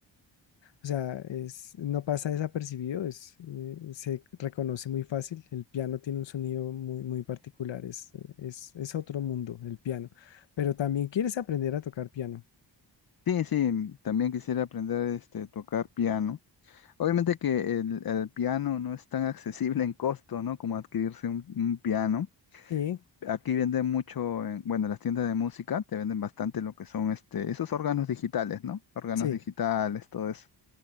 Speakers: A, on the left; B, on the left.
A: O sea, es, no pasa desapercibido, es, eh, se reconoce muy fácil. El piano tiene un sonido muy, muy particular, es, es, es otro mundo, el piano. Pero también quieres aprender a tocar piano.
B: Sí, sí, mm, también quisiera aprender este tocar piano. Obviamente que el, el piano no es tan <laughs> accesible en costo, ¿no? Como adquirirse un, un piano.
A: Sí,
B: Aquí venden mucho, en, bueno, las tiendas de música te venden bastante lo que son este, esos órganos digitales, ¿no? Órganos
A: sí.
B: digitales, todo eso.